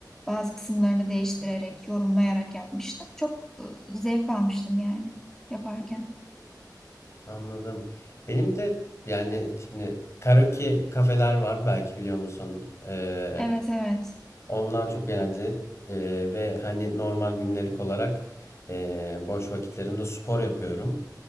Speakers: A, in the centre; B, on the left (about 35°).
A: bazı kısımlarını değiştirerek, yorumlayarak yapmıştım. Çok e, zevk almıştım yani yaparken.
B: anladım. Benim de yani şimdi karaoke kafeler var belki biliyor musun? Ee,
A: Evet evet.
B: onlar çok eğlenceli Ee, ve hani normal gündelik olarak ee, boş vakitlerimde spor yapıyorum.